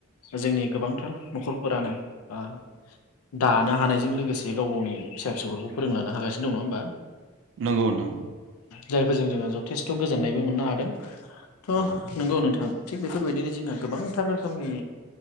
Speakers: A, on the left (about 80°); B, on the right (about 60°).
A: जोंनि गोबांथार न'खरफोरानो ओ दानो हानायजों लोगोसे गाव गावनि फिसा फिसौफोरखौ फोरोंलांनो हागासिनो। दं नङा होमबा।
B: नंगौ नोंथां।
A: जायफोरजों जोङो जथेस्थ' गोजोननायबो मोननो हादों। थ'
B: औ
A: नंगौ नोंथां। थिग बेफोरबायदिनो जोंहा गोबांथार रोखोमनि